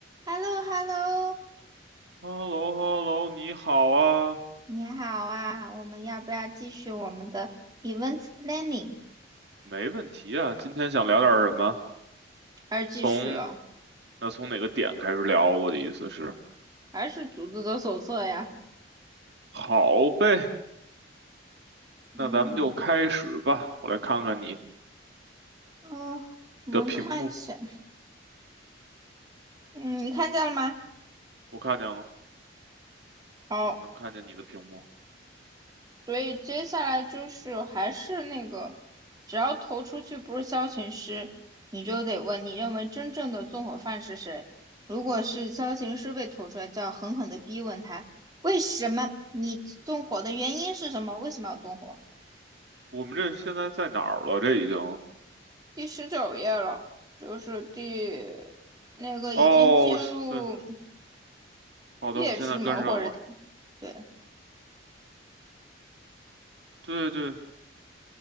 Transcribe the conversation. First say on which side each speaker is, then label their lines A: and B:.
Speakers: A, on the right; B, on the right.
A: h e l l o h e l l o
B: h e l l o h e l l o 你好啊，
A: 你好啊，我们要不要继续我们的 events planning？
B: 没问题啊。今天想聊点儿什么？
A: 还是继续啊？
B: 从那从哪个点开始聊？我的意思是，
A: 还是组织者手册呀？
B: 好呗，
A: 嗯
B: 那咱们就开始吧。我来看看你
A: 哦，我们看一下，
B: 的屏幕，
A: 嗯，你看见了吗？
B: 我看见了，
A: 好，
B: 我能看见你的屏幕。
A: 所以接下来就是还是那个，只要投出去不是消遣师，你就得问你认为真正的纵火犯是谁。如果是消遣师被投出来，就要狠狠的逼问他，为什么你纵火的原因是什么？为什么要纵火？
B: 我们这现在在哪儿了？这已经……
A: 第十九页了，就是第那个已经进入
B: 哦，是对，好的，
A: 月之门或者
B: 我现在跟上了。
A: 对，
B: 对对